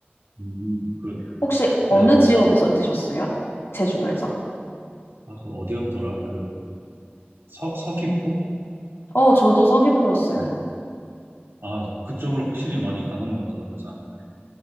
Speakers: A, on the right (about 75°); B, on the left (about 85°).
A: 음, 그,
B: 혹시
A: 네.
B: 어느 지역에서 드셨어요? 제주도에서?
A: 아, 그 어디였더라? 그 서, 서귀포?
B: 어, 저도 서귀포였어요.
A: 네. 아, 그쪽으로 확실히 많이 가는 것 같더라고요, 사람들이.